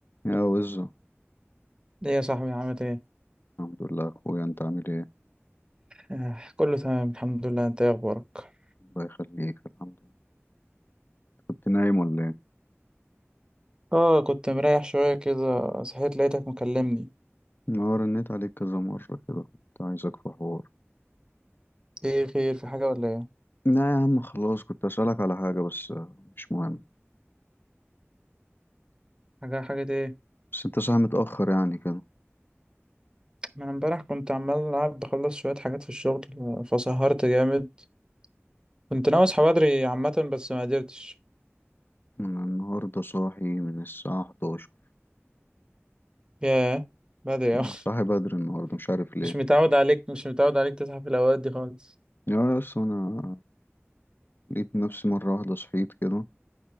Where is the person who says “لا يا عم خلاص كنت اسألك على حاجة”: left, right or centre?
Left